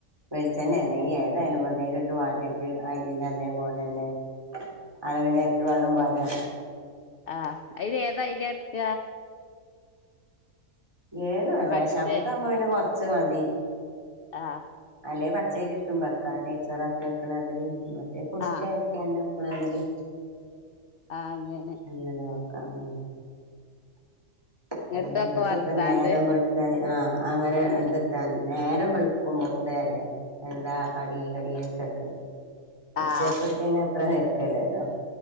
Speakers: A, on the right; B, on the left.
A: വെളിച്ചെണ്ണേ നെയ്യ് ഏതായാലും മതി അയ്ല്ട്ട് വാട്ടിട്ട് ആയിതിന്റെ അതേപോലെന്നെ അളവിനെരട്ടി വെള്ളം പാരാ
B: ആഹ് അയ്ല് ഏതാ അരി എട്ക്ക
A: ഏത് വേ റേഷാപ്പ്
B: പച്ചെ
A: ത്താവുമ്പോ പിന്നെ കൊർച്ച് മതി
B: ആഹ്
A: അല്ലെ പച്ചരി കിട്ടും വെക്കാൻ നെയ്ച്ചോറാക്കി വെക്ക്ണ മാതിരി മറ്റേ കുഷ്ക്കാ
B: ആഹ്
A: ക്ക്യാണ്ട് വെക്ക്ണമാതിരി
B: ആഹ് അങ്ങനെ
A: അങ്ങനെ വെക്കാം ഉം <unintelligible>
B: ഇങ്ങട്ടൊക്കെ വർത്താണ്ട്
A: തൻ നേരം വെൾ ട്ടായ് ആഹ് അങ്ങനെ ഇത്ട്ട മതി നേരം വെള്ക്കുമ്പോ ഇട്ടതല്ലേ എന്താ കടി കടി ചോയ്ച്ചട്ക്ക്ണ് ഉച്ചക്കത്തേന്
B: ആഹ്
A: അത്ര ഞ്ഞെര്ക്കല്ലല്ലോ